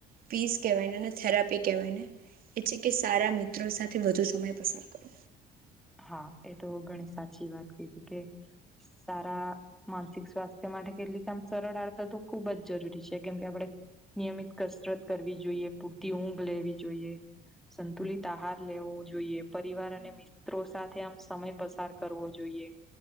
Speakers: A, on the right (about 60°); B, in the centre.
A: પીસ કહેવાયને અને થેરાપી કહેવાય ને એ છે કે સારા મિત્રો સાથે વધુ સમય પસાર કરો
B: હા એ તો ઘણી સાચી વાત ક કે સારા માનસિક સ્વાસ્થ્ય માટે કેટલી કે આમ સરળ આડ તો તો ખુબ જ જરૂરી છે કેમ કે આપડ નિયમિત કસરત કરવી જોઈએ પૂરતી ઊંઘ લેવી જોઈએ સંતુલિત આહાર લેવો જોઈએ પરિવાર અને મિત મિત્રો સાથે આમ સમય પસાર કરવો જોઈએ